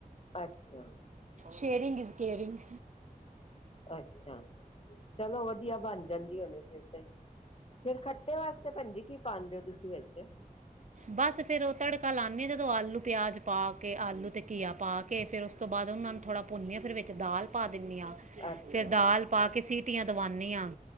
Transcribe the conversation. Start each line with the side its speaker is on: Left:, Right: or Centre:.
Left: ਅੱਛਾ-
Right: ਸ਼ੇਅਰਿੰਗ ਇਜ਼ ਕੇਅਰਿੰਗ
Left: ਅੱਛਾ। ਚਲੋ ਵਧੀਆ ਬਣ ਜਾਂਦੀ ਉਹਨ ਫਿਰ ਤੇ ਫਿਰ ਖੱ ਖਟੇ ਵਾਸਤੇ ਭੈਣਜੀ ਕੀ ਪਾਦੇ ਹੋ ਤੁਸੀਂ ਵਿੱਚ?
Right: ਬਸ ਫੇਰ ਉਹ ਤੜਕਾ ਲਾਨਿਆ ਜਦੋਂ ਆਲੂ ਪਿਆਜ ਪਾ ਕੇ ਆਲੂ ਤੇ ਘੀਆ ਪਾ ਕੇ ਫਿਰ ਉਸ ਤੋਂ ਬਾਅਦ ਉਹਨਾਂ ਨੂੰ ਥੋੜ੍ਹਾ ਭੁੰਨੀਆਂ ਫਿਰ ਵਿੱਚ ਦਾਲ ਪਾ ਦਿੰਦੀ ਹਾਂ।
Left: ਅੱਛਾ
Right: ਫਿਰ ਦਾਲ ਪਾ ਕੇ ਸਿਟੀਆਂ ਦਵਾਉਦੀ ਹਾਂ।